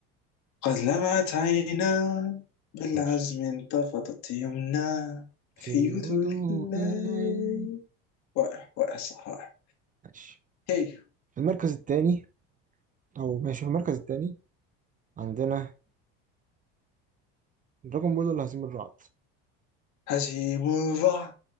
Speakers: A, on the left; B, on the right.
A: قد لمعت عينا بالعزم
B: ماشي
A: انتفضت يمنا
B: في
A: في يدرك
B: هدوء
A: الليل
B: الليل
A: واقع واقع صح واقع
B: ماشي
A: هي
B: في المركز الثاني او ماشي في المركز الثاني عندنا دراجون بول ولا هزيم الرعد
A: هزيم الرعد